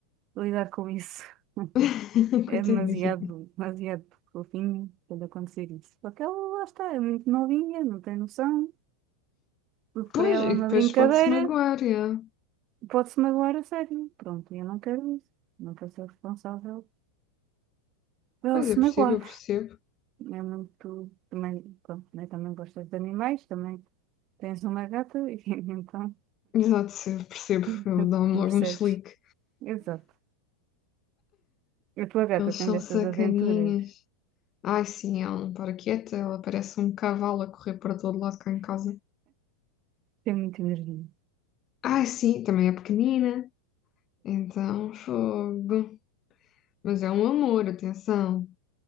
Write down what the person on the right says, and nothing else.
lidar com isso. <laughs>
É
demasiado, demasiado fofinho quando acontecer isso. Porque ela lá está, é muito novinha, não tem noção. Tudo para
ela
é uma
brincadeira.
Pode-se magoar a sério. Pronto, eu não quero isso. Não quero ser responsável por ela
se
magoar.
É muito. Também, pronto, né? Também gostas de animais, também tens uma gata e <laughs> então
<laughs>
percebes.
Exato. A tua gata
tem destas
aventuras,
tem muita energia.